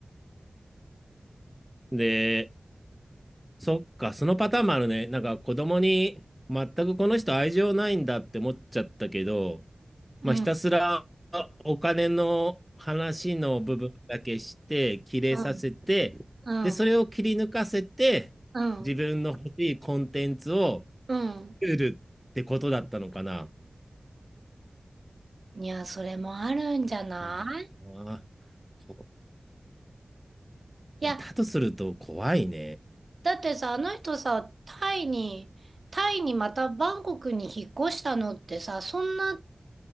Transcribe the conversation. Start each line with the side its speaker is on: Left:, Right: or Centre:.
Centre: で、そっか、そのパターンもあるね。なんか子供に全くこの人愛情ないんだって思っちゃったけど、
Right: うん
Centre: まあ、ひたすらお金の話の部分だけして、切れさせて、
Right: うんうんうん
Centre: で、それを切り抜かせて、
Right: うん
Centre: 自分の欲しいコンテンツを、
Right: うん
Centre: ルールってことだったのかな。
Right: いや、それもあるんじゃない
Centre: ああ、こ
Right: いや、
Centre: いや、だとすると怖いね。
Right: だってさ、あの人さ、タイに、タイにまたバンコクに引っ越したのってさ、そんな